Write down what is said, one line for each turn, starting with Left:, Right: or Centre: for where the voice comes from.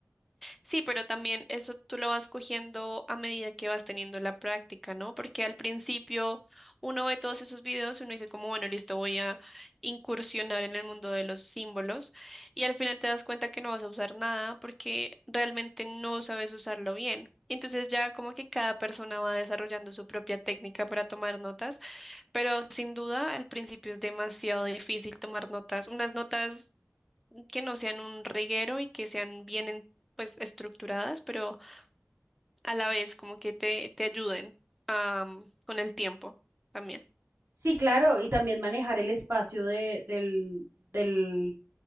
Centre: Sí, pero también eso tú lo vas cogiendo a medida que vas teniendo la práctica, ¿no? Porque al principio uno ve todos esos videos y uno dice como, bueno, listo, voy a incursionar en el mundo de los símbolos y al final te das cuenta que no vas a usar nada porque realmente no sabes usarlo bien. Entonces ya como que cada persona va desarrollando su propia técnica para tomar notas, pero sin duda al principio es demasiado difícil tomar notas, unas notas que no sean un reguero y que sean bien en- pues estructuradas, pero a la vez como que te, te ayuden am, con el tiempo también.
Right: Sí, claro, y también manejar el espacio de, del, del,